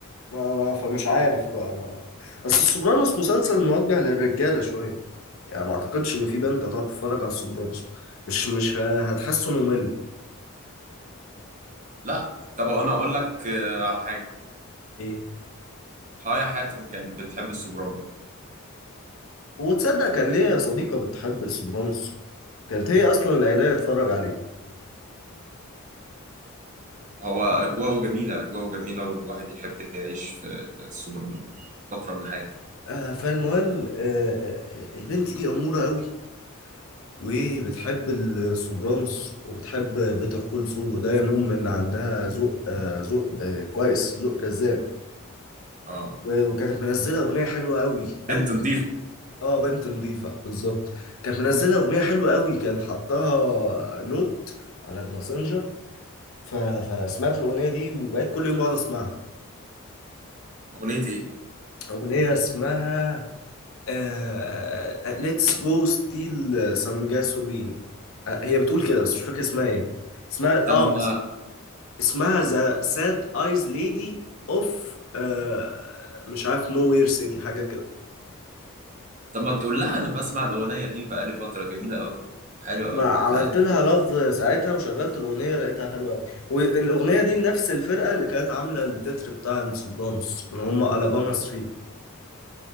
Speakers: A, on the left; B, on the right.
A: ما ما- فمش عارف بقى ما اصل السوبرانوس مسلسل موجه للرجاله شويه يعني ما اعتقدش ان في بنت هتقعد تتفرج على السوبرانوس مش مش ه- هتحسه ممل
B: لا طب انا اقول لك آه، على حاجة
A: ايه
B: هايا حاتم كانت بتحب السوبرانو
A: وتصدق كان ليا صديقة بتحب السوبرانوس كانت هي اصلا اللي قايله لي اتفرج عليه
B: هو اجواءه جميلة اجواءه جميلة والواحد يحب يعيش في السوبرانو فترة من حياته
A: آه فالمهم آه آه، البنت دي اموره قوي وبتحب السوبرانوس وبتحب بيتر كول سول وده ينم ان عندها ذوق آه ذوق آه كويس ذوق جذاب
B: اه
A: و- وكانت منزله اغنيه حلوه قوي قوي
B: بنت نضيفة
A: اه بنت نظيفة بالظبط كانت منزلة أغنية حلوة قوي كان حطها نوت على الماسنجر ف... فسمعت الأغنية دي وبقيت كل يوم بقعد أسمعها
B: اغنية ايه؟
A: أغنية اسمها آه... آه، Let's go steal some gasoline آه هي بتقول كده بس مش فاكر اسمها ايه اسمها
B: تم
A: اه اس- اسمها The Sad Eyes Lady of آه... مش عارف Nowhere City حاجة كده
B: طب ما تقول لها انا بسمع الاغنيه دي بقالي فتره جميله قوي حلوه قوي
A: ما عملت
B: بقالي
A: لها لاف ساعتها وشغلت الاغنيه لقيتها حلوه قوي والاغنيه دي نفس الفرقه اللي كانت عامله التتر بتاع السوبرانوس اللي هم الاباما 3